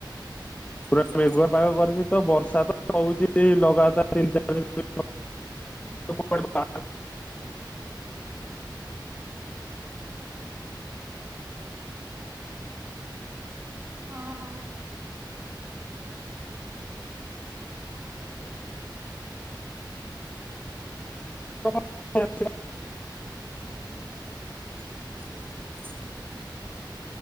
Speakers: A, on the left; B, on the right.
A: ପୁରା
B: ଆଜ୍ଞା
A: ମେଘୁଆ ପାାଗ କରିଛି ତ ବର୍ଷା ତ ହଉଛି ଲଗାତାର ତିନି ଚାରି ଦିନ ହେଲା <unintelligible>
B: ହଁ।
A: <unintelligible>
B: <inaudible>